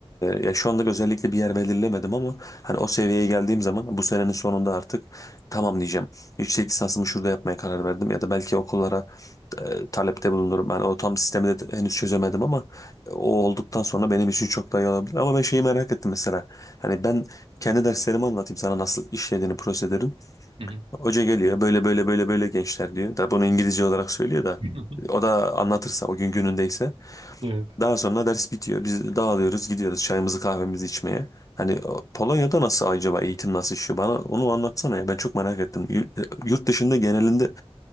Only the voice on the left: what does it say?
ya şu anda özellikle bir yer belirlemedim ama hani o seviyeye geldiğim zaman bu senenin sonunda artık tamam diyeceğim. Yüksek lisansımı şurada yapmaya karar verdim ya da belki okullara e, talepte bulunurum. Yani o tam sistemi de henüz çözemedim ama e, o olduktan sonra benim için çok daha iyi olabilir. Ama ben şeyi merak ettim mesela. Hani ben kendi derslerimi anlatayım sana nasıl işlediğini prosedürün.
Hoca geliyor böyle böyle böyle böyle gençler diyor. Da bunu İngilizce olarak söylüyor da.
O da anlatırsa o gün günündeyse.
Daha sonra ders bitiyor. Biz dağılıyoruz gidiyoruz çayımızı kahvemizi içmeye. Hani o, Polonya'da nasıl acaba eğitim nasıl işliyor bana onu anlatsana ya ben çok merak ettim. Yur- Yurt dışında genelinde